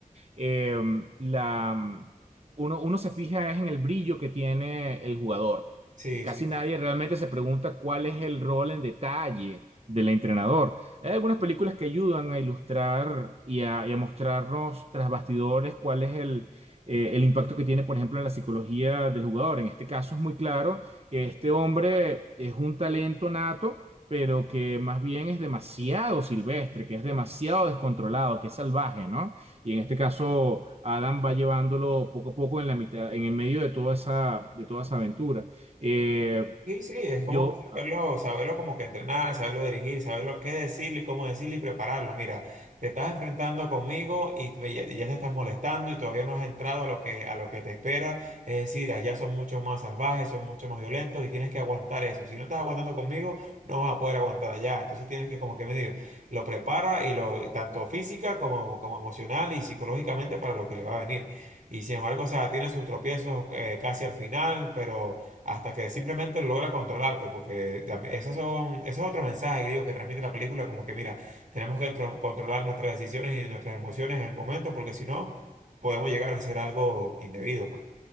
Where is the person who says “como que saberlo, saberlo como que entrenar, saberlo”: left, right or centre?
Right